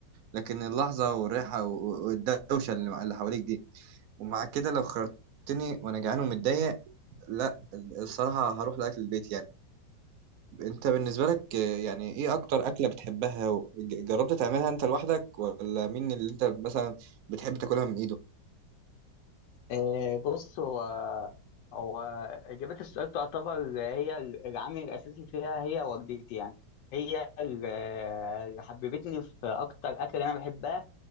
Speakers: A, on the right (about 70°); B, on the left (about 80°).
A: لكن اللحظة والريحة و- والدوشة اللي اللي حواليك دي ومع كده لو خيرتني وأنا جعان ومتضايق لا الصراحة هروح لأكل البيت يعني أنت بالنسبة لك آه، يعني إيه أكتر أكلة بتحبها و- ج- جربت تعملها أنت لوحدك ولا مين اللي أنت مثلا بتحب تاكلها من إيده؟
B: آه، بص هو هو إجابة السؤال تعتبر هي العامل الأساسي فيها هي والدتي يعني هي ال- اللي حببتني في أكتر أكل أنا بحبها